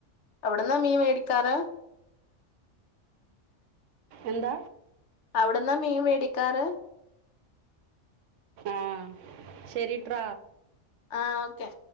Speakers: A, on the left; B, on the right.
A: അവിടുന്നാ മീൻ മേടിക്കാറ്?
B: എന്താ?
A: അവിടന്നാ മീൻ വേടിക്കാറ്?
B: ആഹ് ശെരിട്ര.
A: ആഹ് ഓക്കെ.